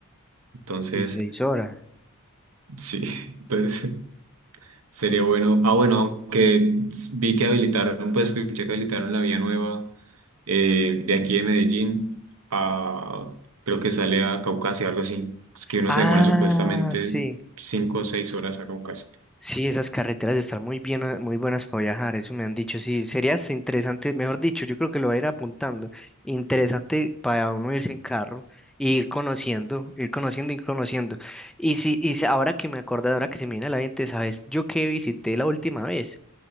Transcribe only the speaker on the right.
Entonces,
sí, <laughs> entonces sería bueno. Ah, bueno, aunque vi que habilitaron, pues escuché que habilitaron la vía nueva eh, de aquí de Medellín a, creo que sale a Caucasia, algo así. Es que uno
se demora supuestamente
cinco o seis horas a Caucasia.